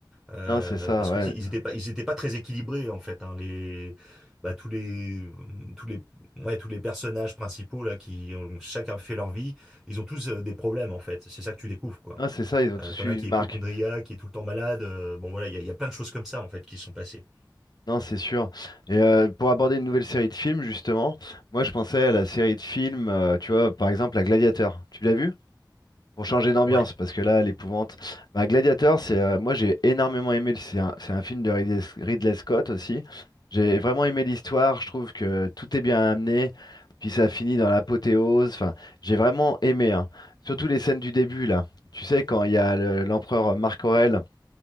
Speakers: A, in the centre; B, on the left.
A: Euh,
B: Non, c'est ça,
A: parce
B: ouais.
A: que dis, ils étaient pas, ils étaient pas très équilibrés, en fait, hein, les, bah, tous les, tous les, ouais, tous les personnages principaux, là, qui ont chacun fait leur vie, ils ont tous euh, des problèmes, en fait. C'est ça que tu découvres, quoi.
B: Non, c'est ça, ils ont tous
A: Euh, t'en
B: eu
A: as un
B: une
A: qui
B: marque.
A: est hypocondriaque, qui est tout le temps malade. euh, bon, voilà, il y a, il y a plein de choses comme ça, en fait, qui se sont passées.
B: Non, c'est sûr. Et euh, pour aborder une nouvelle série de films, justement, moi je pensais à la série de films, euh, tu vois, par exemple, à Gladiateur. Tu l'as vu? Pour changer d'ambiance,
A: Ouais.
B: parce que là, l'épouvante. Bah, Gladiator, c'est euh, moi j'ai énormément aimé. le- C'est un, c'est un film de Ridley, Ridley Scott aussi. J'ai vraiment aimé l'histoire. Je trouve que tout est bien amené. Puis ça finit dans l'apothéose. Enfin, j'ai vraiment aimé. hein. Surtout les scènes du début là. Tu sais, quand il y a le- l'empereur Marc Aurèle,